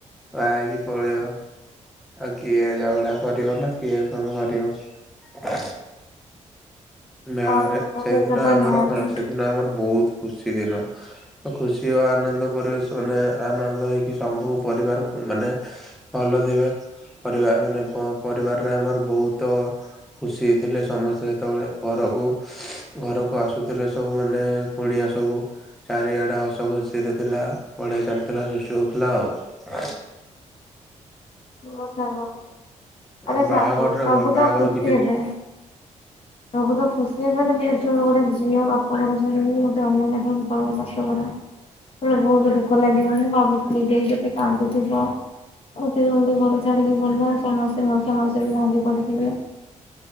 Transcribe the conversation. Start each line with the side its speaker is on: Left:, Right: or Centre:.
Centre: ବାହା ହେଇକି ପଳେଇବ। ଆଉ କିଏ ଝଗଡା କରିବ ନା କିଏ କଣ କରିବ। ବାହାଘରେ
Left: ହଁ ସାଙ୍ଗ
Centre: ସେଇଦିନ
Left: ସେଇଟା ତ
Centre: ଆମର
Left: ନିହାତି
Centre: କଣ ସେଦିନ ଆମର ବହୁତ ଖୁସି ଦିନ ତ ଖୁସି ଓ ଆନନ୍ଦ ପରିବେଶ ମାନେ ଆନନ୍ଦ ହେଇକି ସବୁ ପରିବାର ମାନେ ଭଲ ଥିବେ ପରିବା ମାନେ ପରିବାରରେ ଆମର ବହୁତ ଖୁସି ଥିଲେ ସମସ୍ତେ ସେତେବେଳେ ଘରକୁ ଘରକୁ ଆସୁଥିଲେ ସବୁ ମାନେ କୁଣିଆ ସବୁ ଚାରିଆଡେ ହସ ଖୁସିରେ ଥିଲା ବଢିଆ ଚାଲିଥିଲା ସୃଷ୍ଟି ହଉଥିଲା ଆଉ।
Left: ଓ ସାଙ୍ଗ ଆରେ
Centre: ଆଉ
Left: ସାଙ୍ଗ
Centre: ବାହାଘରରେ
Left: ସବୁ
Centre: କଣ ବାହାଘର
Left: ତ ଖୁସି
Centre: କିଛି
Left: ହେବେ ସବୁ ତ ଖୁସି ହେବେ ତ ନିଶ୍ଚୟ ଗୋଟେ ଝିଅ ବାପା ଘର ଛାଡିକି ଗୋଟେ ଅନ୍ୟ ଜାଗାକୁ ପଳେଇବ ଶାଶୂଘର ସେତେବେଳେ ବହୁତ ଦୁଃଖ ଲାଗିବ ହିଁ ଭାବୁଥିଲି ଦେଇ କେତେ କାନ୍ଦୁଥିବ ଆଉ ସେ ଯଦି ଘର ଛାଡିକି ଗଲା ସମସ୍ତେ ମାଉସା ମାଉସୀ ବି ଭାଙ୍ଗି ପଡିଥିବେ